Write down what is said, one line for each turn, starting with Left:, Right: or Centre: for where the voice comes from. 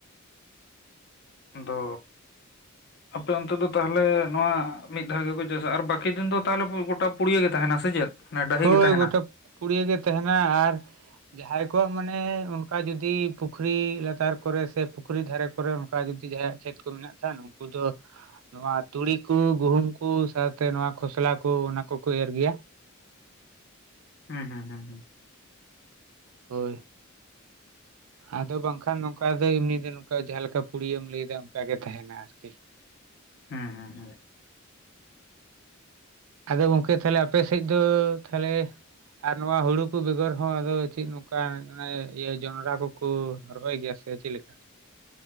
Left: ᱫᱚ ᱟᱯᱮ ᱚᱱᱛᱮ ᱫᱚ ᱛᱟᱦᱞᱮ ᱱᱚᱣᱟ ᱢᱤᱫ ᱫᱷᱟᱣ ᱜᱮᱠᱚ ᱪᱟᱥᱟ ᱟᱨ ᱵᱟᱠᱤ ᱫᱤᱱ ᱫᱚ ᱛᱟᱦᱞᱮ ᱜᱚᱴᱟ ᱯᱩᱲᱤᱭᱟᱹ ᱜᱮ ᱛᱟᱦᱮᱱᱟ ᱥᱮ ᱪᱮᱫ? ᱰᱟᱹᱦᱤ
Right: ᱦᱳᱭ
Left: ᱜᱮ ᱛᱟᱦᱮᱱᱟ
Right: ᱜᱚᱴᱟ ᱯᱩᱲᱭᱟᱹ ᱜᱮ ᱛᱟᱦᱮᱱᱟ ᱟᱨ ᱡᱟᱸᱦᱟᱭ ᱠᱚᱣᱟᱜ ᱢᱟᱱᱮ ᱚᱱᱠᱟ ᱡᱩᱫᱤ ᱯᱩᱠᱷᱨᱤ ᱞᱟᱛᱟᱨ ᱠᱚᱨᱮ ᱥᱮ ᱯᱩᱠᱷᱨᱤ ᱫᱷᱟᱨᱮ ᱠᱚᱨᱮ ᱚᱱᱠᱟ ᱡᱩᱫᱤ ᱡᱟᱸᱦᱟᱭᱟᱜ ᱠᱷᱮᱛ ᱠᱚ ᱢᱮᱱᱟᱜ ᱠᱷᱟᱱ ᱩᱱᱠᱩ ᱫᱚ ᱱᱚᱣᱟ ᱛᱩᱲᱤ ᱠᱩ, ᱜᱩᱦᱩᱢ ᱠᱩ, ᱥᱟᱶᱛᱮ ᱱᱚᱣᱟ ᱠᱷᱚᱥᱞᱟ ᱠᱩ ᱚᱱᱟ ᱠᱩᱠᱩ ᱮᱨ ᱜᱮᱭᱟ᱾
Left: ᱦᱩᱸ ᱦᱩᱸ ᱦᱩᱸ ᱦᱩᱸ᱾
Right: ᱦᱳᱭ᱾ ᱟᱫᱚ ᱵᱟᱝᱠᱷᱟᱱ ᱱᱚᱝᱠᱟ ᱫᱚ ᱮᱢᱱᱤ ᱫᱚ ᱱᱚᱝᱠᱟ ᱡᱟᱦᱟ ᱞᱮᱠᱟ ᱯᱩᱲᱭᱟᱹᱢ ᱞᱟᱹᱭ ᱫᱟ ᱚᱱᱠᱟ ᱜᱮ ᱛᱟᱦᱮᱱᱟ ᱟᱨᱠᱤ᱾
Left: ᱦᱩᱸ ᱦᱩᱸ ᱦᱩᱸ᱾
Right: ᱟᱫᱚ ᱜᱚᱝᱠᱮ ᱛᱟᱦᱞᱮ ᱟᱯᱮ ᱥᱮᱡ ᱫᱚ ᱛᱟᱦᱞᱮ ᱟᱨ ᱱᱚᱣᱟ ᱦᱩᱲᱩ ᱠᱩ ᱵᱮᱜᱚᱨ ᱦᱚᱸ ᱟᱫᱚ ᱪᱮᱜ ᱱᱚᱝᱠᱟ ᱚᱱᱮ ᱤᱭᱟᱹ ᱡᱚᱱᱲᱨᱟ ᱠᱩᱠᱩ ᱨᱚᱦᱚᱭ ᱜᱮᱭᱟ ᱥ ᱮ ᱪᱮᱜ ᱞᱮᱠᱟ?